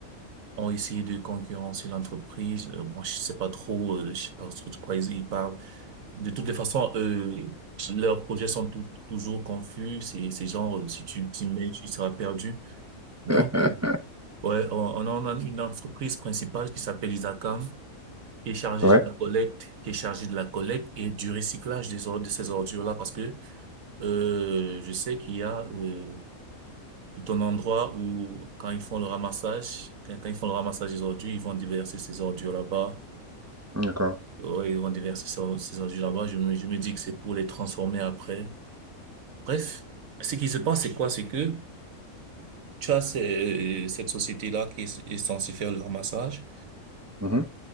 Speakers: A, on the right; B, on the right.
A: ont essayé de concurrencer l'entreprise. Euh, bon, je sais pas trop, euh, je sais pas trop de quoi ils ils parlent. De toutes les façons, euh, leurs projets sont tout- toujours confus. C'est, c'est genre, euh, si tu t'y mets, tu seras perdu. Donc,
B: <laughs>
A: euh, ouais, on, on a une entreprise principale qui s'appelle Isacam. qui est chargée
B: Ouais,
A: de la collecte, qui est chargée de la collecte et du recyclage des ordures, de ces ordures-là, parce que euh, je sais qu'il y a euh, tout un endroit où quand ils font le ramassage, quand, quand ils font le ramassage des ordures, ils vont déverser ces ordures là-bas.
B: d'accord.
A: Ouais, ils vont déverser ces, or- ces ordures là-bas. Je me, je me dis que c'est pour les transformer après. Bref, ce qui se passe, c'est quoi? C'est que tu as ces- euh, cette société-là qui est, est censée faire le ramassage
B: Mhm.